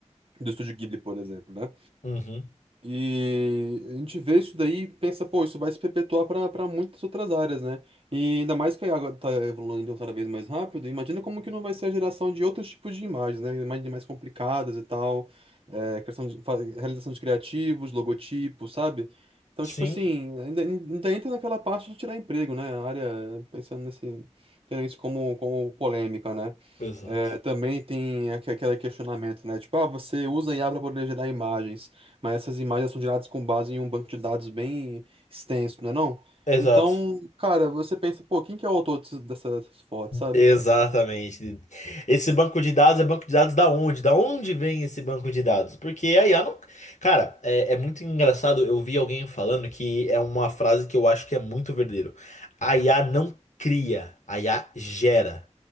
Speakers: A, on the right; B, on the left.
A: do Estúdio Ghibli, por exemplo, né?
B: uhum,
A: E a gente vê isso daí e pensa, pô, isso vai se perpetuar para muitas outras áreas, né? E ainda mais que a água tá evoluindo cada vez mais rápido, imagina como que não vai ser a geração de outros tipos de imagens, né? Imagens mais complicadas e tal, é, criação de, fa- realização de criativos, logotipos, sabe? Então,
B: sim,
A: tipo assim, ainda, ainda entra naquela parte de tirar emprego, né? A área, pensando nesse, tendo isso como, como polêmica, né?
B: exato.
A: É, também tem aque- aquele questionamento, né? Tipo, ah, você usa IA para poder gerar imagens mas essas imagens são geradas com base em um banco de dados bem extenso, não é não?
B: Exato.
A: Então, cara, você pensa, pô, quem que é o autor dessas, dessas fotos, sabe?
B: Exatamente. Esse banco de dados é banco de dados da onde? Da onde vem esse banco de dados? Porque a IA não. Cara, é, é muito engraçado. Eu vi alguém falando que é uma frase que eu acho que é muito verdadeiro. A IA não cria, a IA gera.